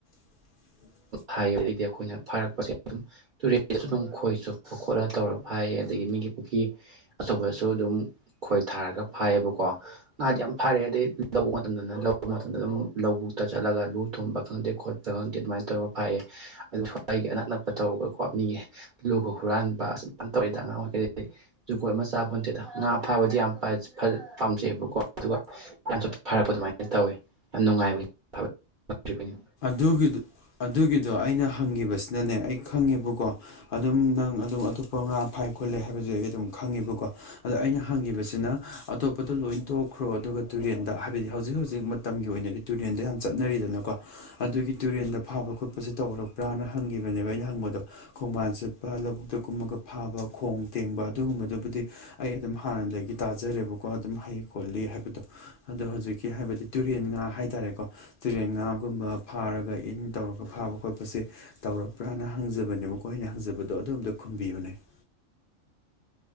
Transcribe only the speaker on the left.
ꯎ
ꯑꯗꯨꯒꯤ ꯑꯗꯨꯒꯤꯗꯣ ꯑꯩꯅ ꯍꯪꯉꯤꯕꯁꯤꯅꯅꯦ ꯑꯩ ꯈꯪꯉꯦꯕꯀꯣ ꯑꯗꯨꯝ ꯅꯪ ꯑꯗꯨꯝ ꯑꯇꯣꯞꯄ ꯉꯥ ꯐꯥꯏ ꯈꯣꯠꯂꯦ ꯍꯥꯏꯕꯁꯦ ꯑꯩ ꯑꯗꯨꯝ ꯈꯪꯉꯦꯕꯀꯣ ꯑꯗꯣ ꯑꯩꯅ ꯍꯪꯉꯤꯕꯁꯤꯅ ꯑꯇꯣꯞꯄꯗꯣ ꯂꯣꯏ ꯇꯣꯛꯈ꯭ꯔꯣ ꯑꯗꯨꯒ ꯇꯨꯔꯦꯟꯗ ꯍꯥꯏꯕꯗꯤ ꯍꯧꯖꯤꯛ ꯍꯧꯖꯤꯛ ꯃꯇꯝꯒꯤ ꯑꯣꯏꯅꯗꯤ ꯇꯨꯔꯦꯟꯗꯣ ꯌꯥꯝ ꯆꯠꯅꯔꯤꯗꯅꯀꯣ ꯑꯗꯨꯒꯤ ꯇꯨꯔꯦꯟꯗ ꯐꯥꯕ ꯈꯣꯠꯄꯁꯦ ꯇꯧꯔꯛꯄ꯭ꯔꯥꯅ ꯍꯪꯈꯤꯕꯅꯦꯕ ꯑꯩꯅ ꯍꯪꯕꯗꯣ ꯈꯣꯡꯕꯥꯟ ꯆꯠꯄ ꯂꯧꯕꯨꯛꯇ ꯀꯨꯝꯃꯒ ꯐꯥꯕ ꯈꯣꯡ ꯇꯦꯡꯕ ꯑꯗꯨꯒꯨꯝꯕꯗꯨꯕꯨꯗꯤ ꯑꯩ ꯑꯗꯨꯝ ꯍꯥꯟꯅꯗꯒꯤ ꯇꯥꯖꯔꯦꯕꯀꯣ ꯑꯗꯨꯝ ꯍꯩ ꯈꯣꯠꯂꯤ ꯍꯥꯏꯕꯗꯣ ꯑꯗꯣ ꯍꯧꯖꯤꯛꯀꯤ ꯍꯥꯏꯕꯗꯤ ꯇꯨꯔꯦꯟ ꯉꯥ ꯍꯥꯏꯇꯥꯔꯦꯀꯣ ꯒꯨꯝꯕ ꯐꯥꯔꯒ ꯏꯟ ꯇꯧꯔꯒ ꯐꯥꯕ ꯈꯣꯠꯄꯁꯦ ꯇꯧꯄ꯭ꯔꯅ ꯍꯪꯖꯕꯅꯦꯕ ꯃꯈꯣꯏ ꯑꯩꯅ ꯍꯪꯖꯕꯗꯣ ꯑꯗꯣꯝꯇ ꯈꯨꯝꯕꯤꯕꯅꯦ <unintelligible>